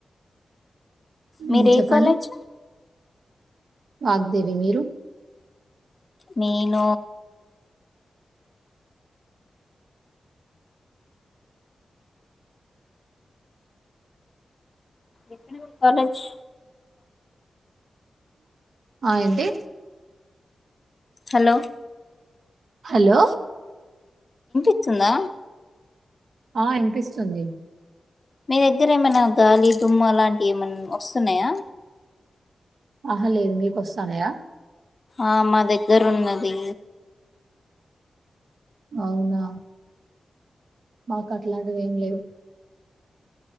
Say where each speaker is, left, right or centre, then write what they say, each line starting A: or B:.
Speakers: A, on the right (about 60°); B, on the left (about 30°).
A: మ్మ్,
B: మీరు ఏ
A: చెప్పండి
B: కాలేజ్?
A: వాగ్దేవి మీరు?
B: నేను ఎక్కడ ఉన్ కాలేజ్
A: ఆ ఆ ఏంటి?
B: హలో
A: హలో
B: చ్చుందా
A: ఆ అనిపిస్తుంది.
B: మీ దగ్గర ఏమైనా గాలి, దుమ్మ లాంటివి ఏమన్నా వస్తున్నాయా?
A: ఆహా లేదు మీకుస్తానయా?
B: ఆ మా దగ్గర ఉన్నది.
A: అవునా మాకు అట్లాంటివి ఏం లేవు?